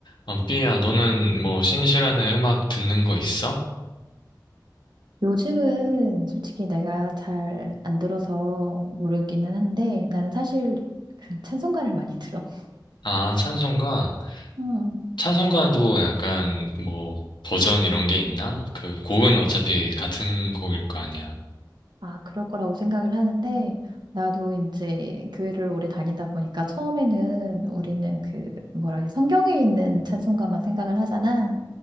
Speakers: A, on the left; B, on the right.
A: 아, 삐야, 너는 뭐 쉬는 시간에 음악 듣는 거 있어?
B: 요즘은 솔직히 내가 잘 안 들어서 모르기는 한데 나는 사실 그 찬송가를 <laughs> 많이 들어.
A: 아, 찬송가?
B: 음.
A: 찬송가도 약간 뭐 버전 이런 게 있나? 그 곡은 어차피 같은 곡일 거 아니야.
B: 아, 그럴 거라고 생각을 하는데 나도 이제 교회를 오래 다니다 보니까 처음에는 우리는 그 뭐라 하지 성경에 있는 찬송가만 생각을 하잖아.